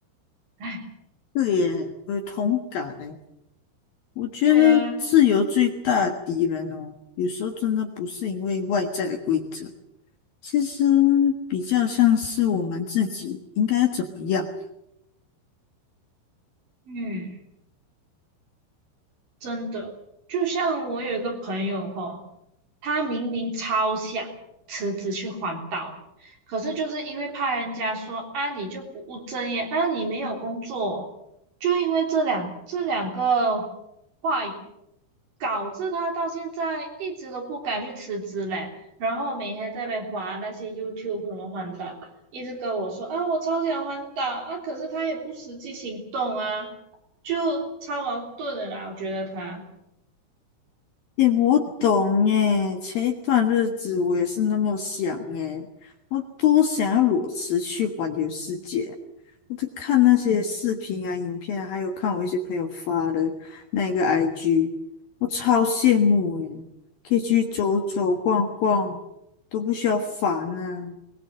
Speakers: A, on the right; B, on the left.
A: 哎，
B: 对耶，我有同感诶。我觉得自由最大的敌人哦，
A: 对啊，
B: 有时候真的不是因为外在的规则，其实比较像是我们自己应该怎么样。
A: 嗯。真的，就像我有一个朋友哈，他明明超想辞职去环岛，可是就是因为怕人家说啊你就不务正业，啊你没有工作，就因为这两这两个话语，导致他到现在一直都不敢去辞职嘞。然后每天在那边滑那些 YouTube 什么环岛，一直跟我说啊我超想环岛啊，可是他也不实际行动啊。就超矛盾的啦。我觉得他
B: 诶，我懂诶，前一段日子我也是那么想诶，我多想要裸辞去环游世界。我在看那些视频啊、影片啊，还有看我一些朋友发的那个 IG，我超羡慕诶，可以去走走逛逛，都不需要烦啊。